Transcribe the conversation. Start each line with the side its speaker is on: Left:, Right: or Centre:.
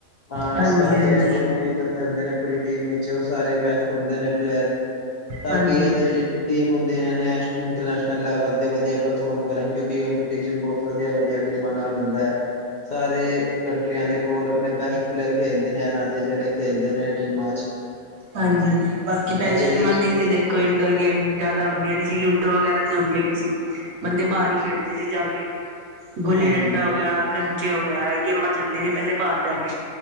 Left: ਹਾਂ
Right: ਹਾਂਜੀ-ਹਾਂਜੀ,
Left: ਇਸ ਕਰਕੇ ਜਿੰਨੇ ਵੀ ਬੰਦੇ ਹੁੰਦੇ ਨੇ। ਪੂਰੀ ਟੀਮ ਵਿਚ ਉਹ ਸਾਰੇ ਬੈਸਟ ਹੁੰਦੇ ਨੇ ਪਲੇਅਰ। ਤਾਂ
Right: ਹਾਂਜੀ,
Left: ਕਿ ਇਹ ਜਿਹੜੀ ਟੀਮ ਹੁੰਦਿਆਂ ਨੇ ਇੰਟਰਨੈਸ਼ਨਲ ਲੈਵਲ ਤੇ ਵਧੀਆ ਪਰਫੋਰਮ ਕਰਨ ਕਿਉਂਕਿ ਕੰਪਿਟਸ਼ਨ ਬੁਹਤ। ਵਧੀਆ- ਵਧੀਆ ਟੀਮਾਂ ਨਾਲ ਹੁੰਦਾ ਹੈ। ਸਾਰੇ ਕੰਟਰੀਆਂ ਦੇ ਕੋਲ ਆਪਣੇ ਬੈਸਟ ਪਲੇਅਰ ਖੇਡਦੇ ਨੇ ਇਹਨਾਂ ਦੇ ਜਿਹੜੇ ਖੇਲਦੇ ਨੇ ਟੀਮਾਂ ਚ'।
Right: ਹਾਂਜੀ- ਹਾਂਜੀ। ਬਾਕੀ ਪਹਿਲੇ
Left: ਇਹ ਜਿਹੜੀ
Right: ਜਮਾਨੇ ਤੇ ਦੇਖੋ ਇੰਡੋਰ ਗੇਮ ਜ਼ਿਆਦਾ ਹੁੰਦਿਆਂ ਨੀ ਸੀ। ਲੁੱਡੋ ਵਗੈਰਾ ਤੇ ਹੁੰਦੀਆਂ ਹੀ ਨੀ ਸੀ। ਬੰਦੇ ਬਾਹਰ ਹੀ ਖੇਡਦੇ ਸੀ ਜਾਕੇ। ਗੁੱਲੀ
Left: ਹਾਂਜੀ-ਹਾਂਜੀ
Right: ਡੰਡਾ ਹੋ ਗਿਆ, ਕੰਚੇ ਹੋ ਗਿਆ, ਇਹ ਗੇਮਾਂ ਚੱਲਦੀ ਸੀ ਪਹਿਲੇ ਬਾਹਰ ਜਾ ਕੇ।